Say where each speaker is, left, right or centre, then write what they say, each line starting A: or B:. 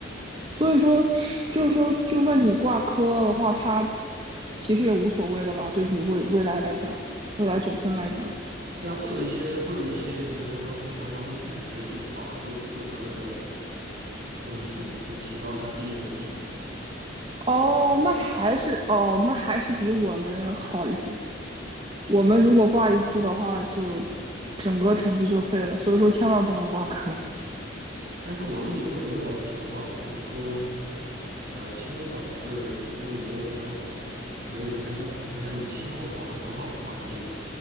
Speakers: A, on the right (about 30°); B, on the right (about 50°).
A: 所以说是就是说，就算你挂科的话，它其实也无所谓的吧，对你未未来来讲，未来总分来讲。
B: 对啊，会有一些会有一些学生到最后他会一直去刷各各科的分数，去提高他毕业的绩点。
A: 哦，那还是哦，那还是比我们好一些。我们如果挂一次的话，就整个成绩就废了，所以说千万不能挂科。<laughs>
B: 但是我们也会有那种情况，比如说，呃，期中考试，如果你没有参考，没有去参加考试，但你期末考得很好的话，你也